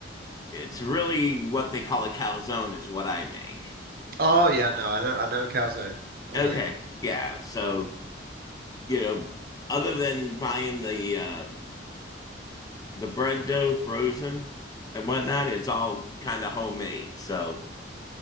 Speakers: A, on the left; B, on the right.
A: it's really what they call a calzone, is what I make.
B: Oh yeah, no, I know I know a calzone. Oh
A: Okay.
B: yeah,
A: Yeah. So, you know, other than buying the, uh, the bread dough frozen and whatnot, it's all kind of homemade. So,